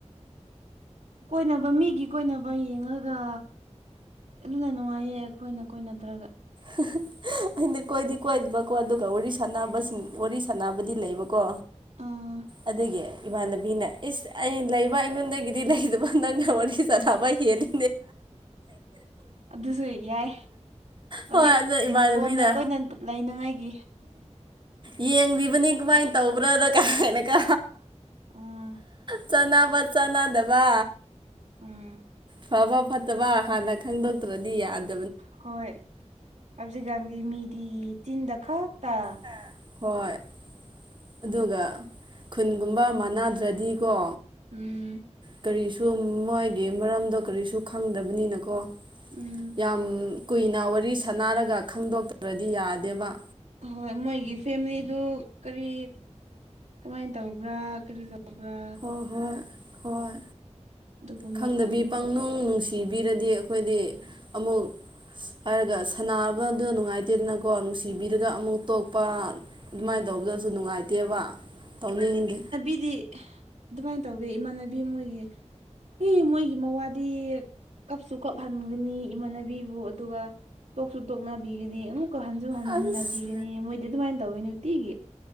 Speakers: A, on the right (about 80°); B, on the right (about 40°).
A: ꯀꯣꯏꯅꯕ ꯃꯤꯒꯤ ꯀꯣꯏꯅꯕ ꯌꯦꯡꯉꯒ ꯑꯗꯨꯅ ꯅꯨꯡꯉꯥꯏꯌꯦ ꯑꯩꯈꯣꯏꯅ ꯀꯣꯏꯅꯗ꯭ꯔꯒ
B: <unintelligible> ꯍꯗꯤ ꯀꯣꯏꯗꯤ ꯀꯣꯏꯗꯕꯀꯣ ꯑꯗꯨꯒ ꯋꯥꯔꯤ ꯁꯥꯅꯕꯁꯤꯡ ꯋꯥꯔꯤ ꯁꯅꯕꯗꯤ ꯂꯩꯕꯀꯣ
A: ꯑꯥ
B: ꯑꯗꯒꯤ ꯏꯃꯥꯟꯅꯕꯤꯅ ꯏꯁ ꯑꯩ ꯂꯩꯕ ꯑꯩꯉꯣꯟꯗꯒꯤꯗꯤ ꯂꯩꯗꯕ ꯅꯪꯒ ꯋꯥꯔꯤ ꯆꯥꯟꯅꯕ ꯍꯦꯜꯂꯤ
A: ꯑꯗꯨꯁꯨ ꯌꯥꯏ ꯍꯧꯖꯤꯛ
B: ꯍꯣꯏ ꯑꯗꯣ ꯏꯃꯥꯟꯅꯕꯤꯅ
A: ꯀꯣꯟꯅ ꯀꯣꯏꯅ ꯂꯩꯅꯥꯉꯥꯏꯒꯤ
B: ꯌꯦꯡꯂꯤꯕꯅꯤ ꯀꯃꯥꯏꯅ ꯇꯧꯕ꯭ꯔꯥꯗ ꯀꯥꯏꯅꯒ
A: ꯑꯥ
B: ꯆꯠꯅꯥꯕ ꯆꯠꯅꯥꯗꯕ
A: ꯎꯝ
B: ꯐꯕ ꯐꯠꯇꯕ ꯍꯥꯟꯅ ꯈꯪꯗꯣꯛꯇ꯭ꯔꯗꯤ ꯌꯥꯗꯦ
A: ꯍꯣꯏ ꯍꯧꯖꯤꯛꯀꯥꯟꯗꯤ ꯃꯤꯗꯤ ꯆꯤꯟꯗ ꯈꯛꯇ
B: ꯑ ꯍꯣꯏ ꯑꯗꯨꯒ ꯈꯨꯟꯒꯨꯝꯕ ꯃꯥꯟꯅꯗ꯭ꯔꯗꯤꯀꯣ
A: ꯎꯝ
B: ꯀꯔꯤꯁꯨ ꯃꯣꯏꯒꯤ ꯃꯔꯝꯗꯣ ꯀꯔꯤꯁꯨ ꯈꯪꯗꯕꯅꯤꯅꯀꯣ
A: ꯎꯝ
B: ꯌꯥꯝ ꯀꯨꯏꯅ ꯋꯥꯔꯤ ꯁꯥꯅꯔꯒ ꯈꯪꯗꯣꯛꯇ꯭ꯔꯗꯤ ꯌꯥꯗꯦꯕ
A: ꯍꯣꯏ ꯃꯣꯏꯒꯤ ꯐꯦꯃꯤꯂꯤꯗꯨ ꯀꯔꯤ ꯀꯃꯥꯏ ꯇꯧꯕ꯭ꯔꯥ ꯀꯔꯤ ꯇꯧꯕ꯭ꯔꯥ
B: ꯍꯣꯏ ꯍꯣꯏ ꯍꯣꯏ
A: ꯑꯗꯨꯒꯨꯝꯕ
B: ꯈꯪꯗꯕꯤ
A: ꯈꯟꯕꯗꯤ
B: ꯄꯪꯅꯨꯡ ꯅꯨꯡꯁꯤꯕꯤꯔꯗꯤ ꯑꯩꯈꯣꯏꯗꯤ ꯑꯃꯨꯛ ꯍꯥꯏꯔꯒ ꯁꯥꯟꯅꯕꯗꯨ ꯅꯨꯡꯉꯥꯏꯇꯦꯗꯅꯀꯣ ꯅꯨꯡꯁꯤꯕꯤꯔꯒ ꯑꯃꯨꯛ ꯇꯣꯛꯄ ꯑꯗꯨꯃꯥꯏꯅ
A: ꯎꯝ
B: ꯇꯧꯕꯗꯁꯨ ꯅꯨꯡꯉꯥꯏꯇꯦꯕ ꯇꯧꯅꯤꯡꯗꯦ
A: ꯏꯗꯤ ꯑꯗꯨꯃꯥꯏꯅ ꯇꯧꯋꯦ ꯏꯃꯥꯟꯅꯕꯤ ꯃꯣꯏꯒꯤ ꯑꯦ ꯃꯣꯏꯒꯤ ꯃꯋꯥꯗꯤ ꯀꯞꯁꯨ ꯀꯞꯍꯟꯒꯅꯤ ꯏꯃꯥꯟꯅꯕꯤꯕꯨ ꯑꯗꯨꯒ ꯇꯣꯛꯁꯨ ꯇꯣꯛꯅꯕꯤꯒꯅꯤ ꯑꯃꯨꯛꯀ ꯍꯟꯁꯨ ꯍꯟꯖꯤꯟꯅꯕꯤꯒꯅꯤ
B: ꯑꯁ
A: ꯃꯣꯏꯗꯤ ꯑꯗꯨꯃꯥꯏꯅ ꯇꯧꯏ ꯅꯨꯡꯇꯤꯒꯤ